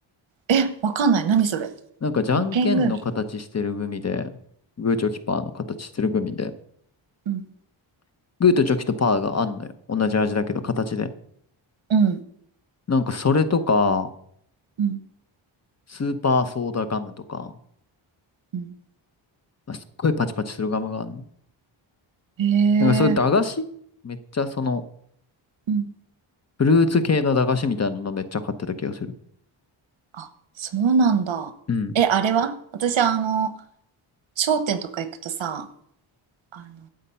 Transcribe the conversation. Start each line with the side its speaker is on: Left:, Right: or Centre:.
Right: え、わかんない。何それ。
Left: なんかじゃんけんの形してるグミで、
Right: 負けん組。
Left: グーチョキパーの形してるグミで、
Right: うん。
Left: グーとチョキとパーがあんのよ。同じ味だけど形で。
Right: うん。
Left: なんかそれとか、
Right: うん。
Left: スーパーソーダガムとか、
Right: うん。
Left: まあ、すっごいパチパチするガムがあるの。
Right: へえ。
Left: なんかそういう駄菓子めっちゃその、
Right: うん。
Left: フルーツ系の駄菓子みたいなのめっちゃ買ってた気がする。
Right: あ、そうなんだ。
Left: うん。
Right: え、あれは私、あの、商店とか行くとさ、あの